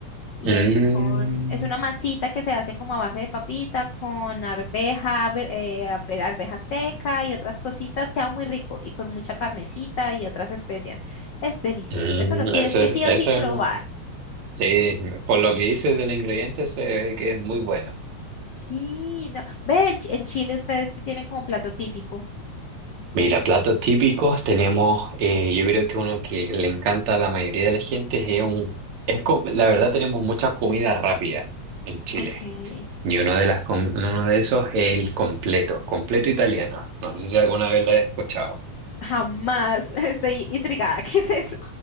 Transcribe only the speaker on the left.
Y
es con, es una masita que se hace como a base de papita, con arveja, be- eh, afe- arveja seca y otras cositas. Queda muy rico y con mucha carnecita y otras especias. Es delicioso.
Eso lo tienes
que
sí
o sí probar.
Sí, no. Ven, en Chi- en Chile ustedes que tienen como plato típico.
Ok.
Jamás. <laughs> Estoy intrigada. ¿Qué es eso?